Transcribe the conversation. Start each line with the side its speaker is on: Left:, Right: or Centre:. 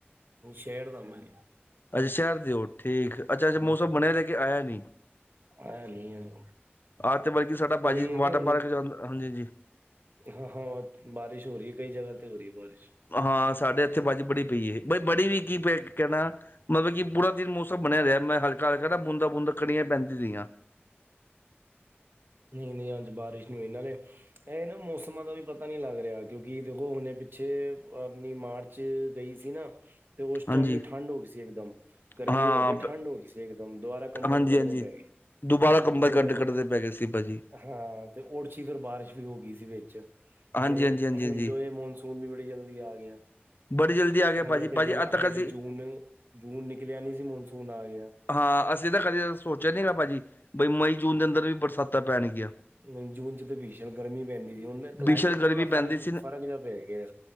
Right: ਸ਼ਹਿਰ ਦਾ ਮੈਂ।
Left: ਅੱਛਾ, ਸ਼ਹਿਰ ਦੇ ਓ ਠੀਕ ਅੱਛਾ ਅੱਛਾ ਮੌਸਮ
Right: ਹੂੰ
Left: ਬਣਿਆ ਲੇਕਿਨ ਆਇਆ ਨੀ।
Right: ਆਇਆ ਨੀ
Left: ਆਹ, ਤੇ ਬਲਕਿ ਸਾਡਾ ਭਾਜੀ
Right: ਉਹੀ
Left: ਵਾਟਰ
Right: ਹੈ ਕਿ ਹੁਣ
Left: ਪਾਰਕ ਜਾਂਦਾ ਹਾਂਜੀ ਹਾਂਜੀ।
Right: ਹਾਂ ਹਾਂ, ਬਾਰਿਸ਼ ਹੋ ਰਹੀ ਆ ਕਈ ਜਗ੍ਹਾ ਤੇ ਹੋ ਰਹੀ ਆ ਬਾਰਿਸ਼।
Left: ਹਾਂ, ਸਾਡੇ ਇੱਥੇ ਵੱਜ ਬੜੀ ਪਈ ਐ ਬਈ ਬੜੀ ਵੀ ਕੀ ਪ ਕਹਿਣਾ। ਮਤਲਬ ਕਿ ਪੂਰਾ ਦਿਨ ਮੌਸਮ ਬਣਿਆ ਰਿਹਾ ਮੈਂ ਹਲਕਾ ਹਲਕਾ ਨਾ ਬੂੰਦਾ ਬੂੰਦਾ ਕੜੀਆਂ ਪੈਂਦੀ ਰਹੀਆਂ।
Right: ਨਹੀਂ ਨਹੀਂ, ਅੱਜ ਬਾਰਿਸ਼ ਨੀ ਹੋਈ ਨਾਲੇ। ਇਹ ਨਾ ਮੌਸਮਾਂ ਦਾ ਵੀ ਪਤਾ ਨਹੀਂ ਲੱਗ ਰਿਹਾ ਕਿਉਂਕਿ ਦੇਖੋ ਹੁਣੇ ਪਿੱਛੇ ਆਪਣੀ ਮਾਰਚ ਚ ਗਈ ਸੀ ਨਾ। ਤੇ ਉਸ
Left: ਹਾਂਜੀ
Right: ਟਾਈਮ ਵੀ ਠੰਢ ਹੋ ਗਈ ਸੀ ਇਕਦਮ ਗਰਮੀ
Left: ਹਾਂ
Right: ਹੋ ਕੇ ਠੰਢ ਹੋ ਗਈ ਸੀ ਇਕਦਮ ਦੁਬਾਰਾ ਕੰਬਲ
Left: ਹਾਂਜੀ
Right: ਕੱਢਣੇ
Left: ਹਾਂਜੀ
Right: ਪੈ ਗਏ।
Left: ਦੁਬਾਰਾ ਕੰਬਲ
Right: ਹੋਰ
Left: ਕੱਢ ਕੱਢਦੇ ਪੈ ਗਏ ਸੀ ਭਾਜੀ।
Right: ਹਾਂ ਤੇ ਉਛੀ ਫਿਰ ਬਾਰਿਸ਼ ਵੀ ਹੋ ਗਈ ਸੀ ਵਿੱਚ
Left: ਹਾਂਜੀ
Right: ਤੇ
Left: ਹਾਂਜੀ ਹਾਂਜੀ
Right: ਹੁਣ
Left: ਹਾਂਜੀ
Right: ਜੋ ਇਹ ਮੋਨ, ਸੂਨ ਵੀ ਬੜੀ ਜਲਦੀ ਆ ਗਿਆ।
Left: ਬੜੀ ਜਲਦੀ ਆ ਗਿਆ
Right: ਹਜੇ
Left: ਭਾਜੀ
Right: ਤੇ
Left: ਭਾਜੀ
Right: ਜੁਲਾ
Left: ਅੱਜ ਤੱਕ
Right: ਹਜੇ
Left: ਅਸੀਂ
Right: ਤੇ ਜੂਨ ਜੂਨ ਨਿਕਲਿਆ ਨੀ ਸੀ ਮੋਨਸੂਨ ਆ ਗਿਆ।
Left: ਹਾਂ, ਅਸੀਂ ਤਾਂ ਕਦੇ ਸੋਚਿਆ ਨੀ ਗਾ ਭਾਜੀ ਬਈ ਮਈ ਜੂਨ ਦੇ ਅੰਦਰ ਵੀ ਬਰਸਾਤਾਂ ਪੈਣਗੀਆਂ।
Right: ਨਹੀਂ, ਜੂਨ ਚ ਤਾਂ ਭੀਸ਼ਣ ਗਰਮੀ ਪੈਂਦੀ ਸੀ ਹੁਣ ਕਲਾਈਮੇਟ
Left: ਭੀਸ਼ਣ ਗਰਮੀ
Right: ਚ ਬੜਾ ਫਰਕ
Left: ਪੈਂਦੀ ਸੀ
Right: ਫ਼ਰਕ ਜਿਹਾ ਪੈ ਗਿਆ।